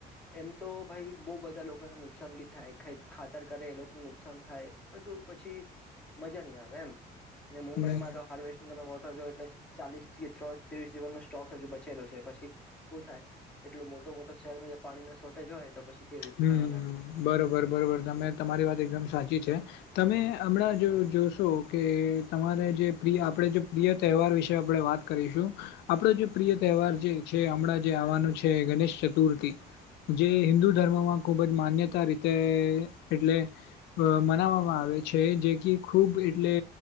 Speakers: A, in the centre; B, on the left (about 85°).
A: એમ તો ભાઈ બહ બધા લોકોને નુકસાન ભી થાય ખાતર કરે એ લોકો ું નુકસાન થાય બધું પછી મજા નહી આવે એમ મુંબ
B: હમ
A: માં તો હારવેસ્ટ તમે એટલે ચાલીસ ત્રીસ જીવન ન સ્ટોક હજુ બચેલો છે પછી શું થાય એટલું મો મોટો મોટો શહેરમાં જે પાણીનોોર્ટેજ હોય તો પછી કેવી રીતે
B: હમ
A: ચાલવાના એમ
B: બરોબર બરોબર તમે તમારી વાત એકદમ સાચી છે તમે હમણાં જો જોશો કે તમારે જે આપણેે જે પ્રિય તહેવાર વિશે આપણે વાત કરીશું આપડો જે પ્રિય તહેવાર જે છે હમણાં જે છે ગણેશ ચતુર્થી જે હિન્દુ ધર્મમાં ખૂબ જ માન્યતા રીતે એટલે મનાવવામાં આવે છે છે જે કે ખૂબ એટલે